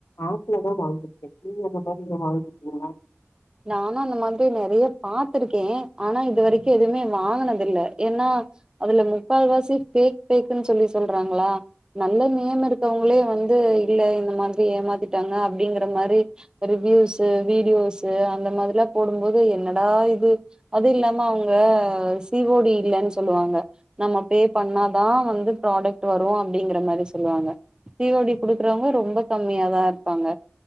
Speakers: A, on the left (about 60°); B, on the right (about 15°).
A: ஆப்லதா வாங்கிருக்க நீங்க அந்த மாரி இத வாங்கிருக்கீங்ளா
B: நானும் அந்த மாதிரி நிறைய பாத்திருக்கே ஆனா இது வரைக்கும் எதுவுமே வாங்கனதில்ல ஏன்னா அதுல முக்கால்வாசி பேக் பேக்னு சொல்லி சொல்றாங்களா நல்ல நேம் இருக்கவங்களே வந்து இல்ல இந்த மாதிரி ஏமாத்திட்டாங்க அப்டிங்கற மாரி ரிவிவ்ஸூ வீடியோஸ் இது அந்த மாதிரிலா போடும்போது என்னடா இது அது இல்லாம அவுங்க சி ஓ டி இல்லனு சொல்லுவாங்க நம்ம பே பண்ணாதா வந்து ப்ராடக்ட் வரும் அப்டிங்ற மாரி சொல்லுவாங்க சி ஓ டி குடுக்றவங்க ரொம்ப கம்மியா தா இருப்பாங்க